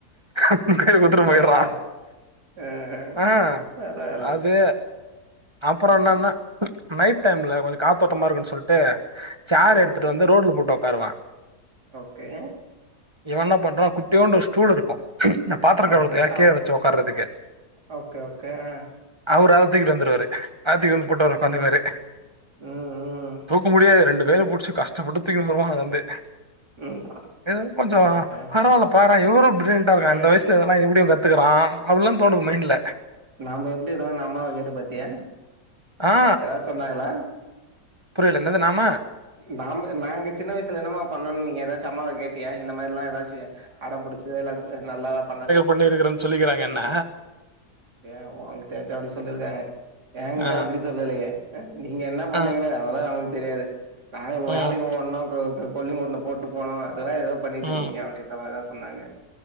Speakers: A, on the right; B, on the right.
A: அப்டினு கையில குடுத்துட்டு
B: நல்லா
A: போயிட்றா
B: ஆ
A: ஆ
B: பரவால்ல
A: அது அப்பறோ
B: ம்
A: என்னான்னா
B: ம்
A: நைட் டைம்ல கொஞ்சோ காத்தோட்டமா இருக்குனு சொல்ட்டு ச்சேர்
B: ஆ
A: எடுத்துட்டு வந்து ரோட்ல போட்டு உக்காருவ
B: ஓகே
A: இவ என்ன பண்றா குட்டியோண்டு ஒரு ஸ்டூல் இருக்கு இந்த பாத்திர கழுவறதுருக்காக
B: ஓகே
A: கீழ
B: ஆல்ஸ்
A: வச்சு உக்காறதுக்கு
B: ஓகே ஓகே ஆ
A: அவரு அத தூக்கிட்டு வந்துருவாரு அத தூக்கிட்டு வந்து போட்டு அவரு உக்காந்துப்பாரு
B: ம் ம் ம்
A: தூக்க முடியாது ரெண்டு கைல புடுச்சு கஷ்டப்பட்டு தூக்கின்னு வந்துருவா நடந்து
B: ம்
A: எதாது கொஞ்சோ
B: ஓகே ஓகே
A: பரவால்ல பாறே இவரு பிரில்லியன்ட்டா இருக்கா
B: ம்
A: இந்த வயசுல எல்லா எப்டி அவ கத்துக்கிறா அப்டில்லா தோணு மைண்ட்ல
B: நாம எப்டி இருதோனு அம்மாவ கேட்டு பாத்தியா
A: ஆ
B: ஏதாவது சொன்னாங்களா
A: புரியல என்னது நாம
B: நாம்ப நாங்க சின்ன வயசுல என்னமா பண்ணோனு நீங்க ஏதாச்சு அம்மாவ கேட்டியா இந்த மாரிலா ஏதாச்சு அடம்புடிச்சதே இல்ல நல்லாதா பண்ணே
A: பண்ணி இருக்குறேன்னு சொல்லிக்கிறாங்க என்ன
B: ஏ ஓங்கிட்ட எச்சா அப்டி சொல்லியிருக்காங்க ஏங்கிட்ட
A: ஆ
B: அப்டி சொல்லலையே அ நீங்க என்ன பண்ணீங்களோ
A: ஆ
B: அதெல்லா நமக்கு தெரியாது நாங்க
A: ம்
B: வேலைக்கு ஓட்னு கோ க கொல்லிங்கோட்ல போட்டு போனோ அதுவா ஏதோ பண்ணிட்டு
A: ம்
B: இருந்தீங்க அப்டின்ற மாரிதா சொன்னாங்க